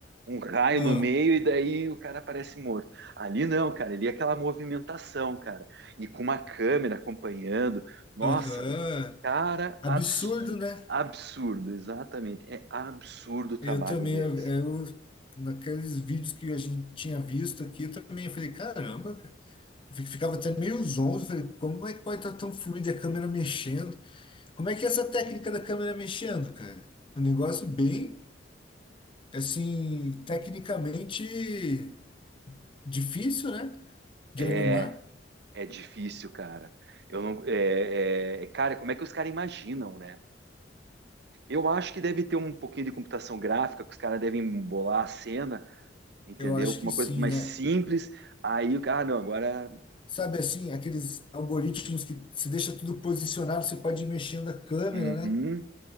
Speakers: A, on the right; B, on the left.
A: um raio
B: Ah,
A: no meio, e daí o cara aparece morto. Ali não, cara, ali é aquela movimentação, cara, e com uma câmera acompanhando. Nossa,
B: Aham.
A: Cara,
B: Absurdo,
A: absurdo,
B: né?
A: absurdo, exatamente. É absurdo o trabalho
B: Eu também,
A: deles.
B: eu, eu- naqueles vídeos que a gente tinha visto aqui, eu também falei, caramba, cara. Eu fi- ficava até meio zonzo, falei, como é que pode estar tão fluido a câmera mexendo? Como é que é essa técnica da câmera mexendo, cara? Um negócio bem, assim, tecnicamente difícil, né? De
A: É,
B: animar.
A: é difícil, cara. Eu não, é, é- é, cara, como é que os caras imaginam, né? Eu acho que deve ter um pouquinho de computação gráfica, que os caras devem bolar a cena, entendeu?
B: Eu acho
A: Com
B: que
A: Uma
B: sim,
A: coisa mais
B: né?
A: simples. Aí o cara, ah, não, agora,
B: Sabe assim, aqueles algoritmos que se deixa tudo posicionado, você pode ir mexendo a câmera,
A: uhum.
B: né?